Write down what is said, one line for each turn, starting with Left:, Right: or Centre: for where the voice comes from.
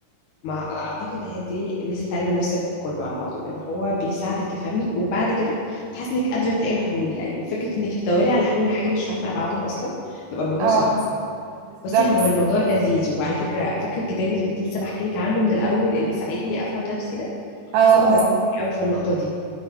Left: ما اعتقد هي دي ميزه التعليم النفسي كله على بعضه ان هو بيساعدك تفهمي وبعد كده بتحس انك قادره تلاقي الحلول لان فكره انك تدوري على حلول لحاجه مش فاهمه ابعادها اصلا بيبقى الموضوع
Right: اه
Left: صعب
Right: بالظبط
Left: بصي هو الموضوع لذيذ وعلى فكره فاكره الكتاب اللي كنت لسه بحكي لك عنه من الاول اللي ساعدني افهم نفسي ده
Right: اه
Left: حاسه انه
Right: اه
Left: هيفيدك قوي في النقطه دي